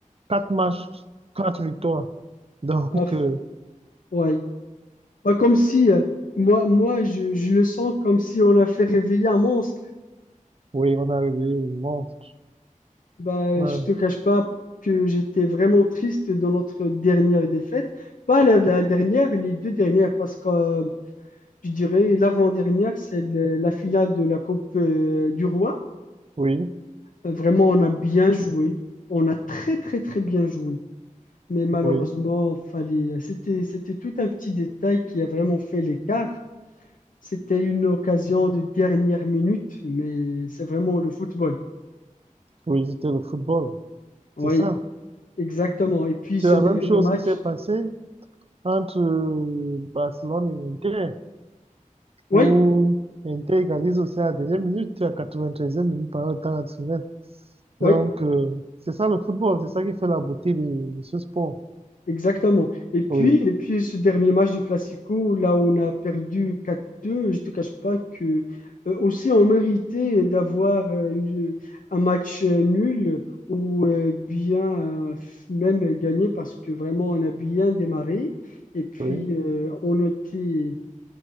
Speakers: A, on the right; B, on the left.
A: quatre matchs, quatre victoires. <laughs> Donc,
B: Ah, f-
A: euh,
B: ouais. Bah, comme si, euh, moi, moi je, je le sens comme si on a fait réveiller un monstre.
A: oui, on a réveillé le monstre.
B: Bah,
A: Ouais.
B: je te cache pas que j'étais vraiment triste dans notre dernière défaite. Pas la, la dernière, les deux dernières, parce que euh, je dirais l'avant-dernière, c'est le- la finale de la Coupe euh, du Roi.
A: Oui,
B: Euh, Vraiment, on a bien joué. On a très, très, très bien joué. Mais malheureusement,
A: oui,
B: fallait, c'était, c'était tout un petit détail qui a vraiment fait l'écart. C'était une occasion de dernière minute, mais c'est vraiment le football.
A: oui, c'était le football.
B: Oui,
A: C'est ça.
B: exactement. Et puis
A: C'est
B: ce
A: la
B: dernier
A: même chose
B: match,
A: qui s'est passée entre euh, Barcelone et Inter,
B: oui,
A: où Inter égalise aussi à la dernière minute, à la 93e minute par le temps additionnel.
B: oui,
A: Donc, euh, c'est ça le football, c'est ça qui fait la beauté de, de ce sport.
B: exactement. Et puis,
A: Oui,
B: et puis ce dernier match du Classico, là où on a perdu 4-2, je ne te cache pas que euh, aussi on méritait d'avoir euh, une- un match euh, nul ou euh, bien euh, même gagné parce que vraiment on a bien démarré. Et puis
A: oui.
B: euh, on était